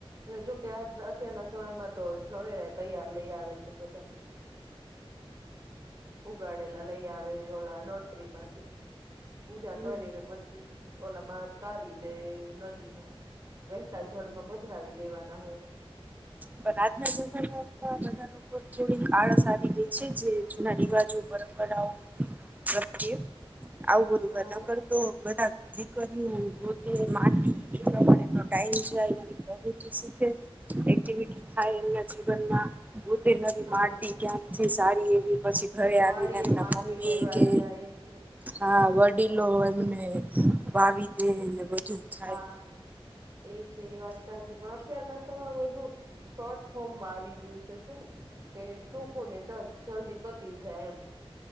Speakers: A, on the right (about 35°); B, on the right (about 15°).
A: જોકે અ અત્યારના સમયમાં તો જઉ એ તૈયાર લઈ આવે છે બધા. હમ <inaudible> ઉગાડેલા લઈ આવે ઓલા નર્સરી માંથી, પૂજા
B: પણ
A: કરીને પછી ઓલામાં તારી દે નદીમાં. વહેતા જળમાં પધરાવી દેવાના હોય.
B: પણ આજના જમાના બધા લોકો થોડી આળસ આવી ગઈ છે જે જૂના રિવાજો. પરંપરાઓ તમે કયો બધું
A: હા
B: ઘર ના કર. તો બધા દીકરીઓ ગોતીન માનવી પડે તો ટાઈમ જાય ને. ઓ બી ટી સી કે એક તો એબી થાય એમના જીવન પોતે નવી
A: હા
B: માટી ક્યાંક થી સારી એવી પછી. ઘરે આવીને
A: વાળી
B: એમના
A: એ માટી
B: મમ્મી
A: લેવા
B: કે
A: જાય છે
B: હા વડીલો એમને વાવી દેને બધું. થાય
A: હા, એ છે એ વાત સાચી પણ અત્યારના સમય બધું શોર્ટ ફોર્મમાં આવી ગયું છે શું કે ટૂંક ને ટચ જલ્દી પતી જાય એમ,